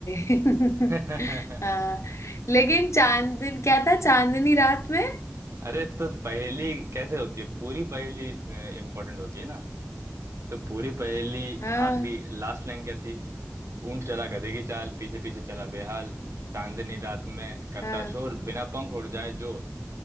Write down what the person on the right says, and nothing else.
<laughs>
अरे तो पहेली कैसे होती है पूरी पहेली इंपॉर्टेंट होती है ना तो पूरी पहेली
आखिरी लास्ट लाइन क्या थी ऊंट चला गधे की चाल पीछे पीछे चला बेहाल चांदनी रात में करता
शोर बिना पंख उड़ जाए जोर